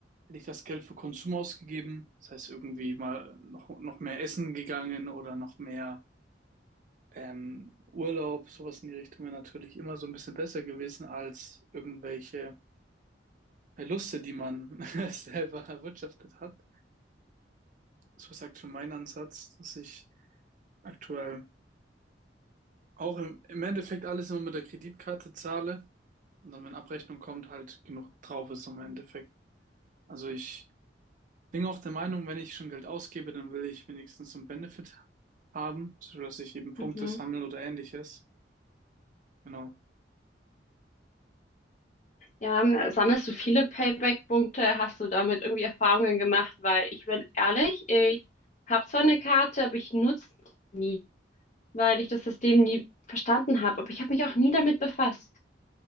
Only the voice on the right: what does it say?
hätte ich das Geld für Konsum ausgegeben, das heißt irgendwie mal noch, noch mehr essen gegangen oder noch mehr ähm, Urlaub, sowas in die Richtung wäre natürlich immer so ein bisschen besser gewesen als irgendwelche Verluste, die man <laughs> selber erwirtschaftet hat. So sagt für meinen Ansatz, dass ich aktuell. Auch im, im Endeffekt alles nur mit der Kreditkarte zahle und dann, wenn Abrechnung kommt, halt genug drauf ist im Endeffekt. Also ich bin auch der Meinung, wenn ich schon Geld ausgebe, dann will ich wenigstens einen Benefit haben, sodass ich eben Punkte
sammle oder ähnliches. Genau.